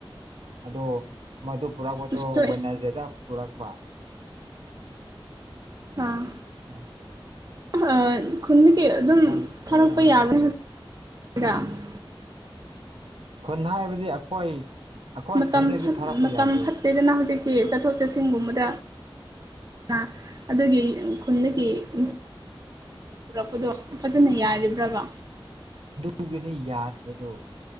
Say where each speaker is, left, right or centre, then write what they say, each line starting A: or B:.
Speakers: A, on the right; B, on the right.
A: ꯑꯗꯣ ꯃꯗꯨ ꯄꯨꯔꯛꯄꯗꯣ
B: ꯎꯁꯣꯏ
A: ꯋꯦꯗꯅꯔ꯭ꯁꯗꯦꯗ ꯄꯨꯔꯛꯄ
B: ꯍꯥꯥ
A: ꯎꯝ
B: ꯑ ꯈꯨꯟꯗꯒꯤ ꯑꯗꯨꯝ
A: ꯅꯪ ꯀꯔꯤꯅꯣ
B: ꯊꯥꯔꯛꯄ
A: ꯍꯥꯏ
B: ꯌꯥꯕꯅꯤ <unintelligible>
A: ꯈꯨꯟ ꯍꯥꯏꯕꯗꯤ ꯑꯩꯈꯣꯏ ꯑꯩꯈꯣꯏ
B: ꯃꯇꯝ
A: ꯈꯨꯟꯗꯒꯤ
B: ꯐꯠ
A: ꯊꯥꯔꯛꯄ
B: ꯃꯇꯝ
A: ꯌꯥꯗꯦ
B: ꯐꯠꯇꯦꯗꯅ ꯍꯧꯖꯤꯛꯇꯤ ꯆꯠꯊꯣꯛ ꯆꯠꯁꯤꯟꯒꯨꯝꯕꯗ ꯗ ꯑꯗꯨꯒꯤ ꯈꯨꯟꯗꯒꯤ ꯏꯟ ꯄꯨꯔꯛꯄꯗꯣ ꯐꯖꯅ ꯌꯥꯔꯤꯕ꯭ꯔꯕ
A: ꯇꯨꯒꯦꯅ ꯌꯥꯗꯕꯗꯣ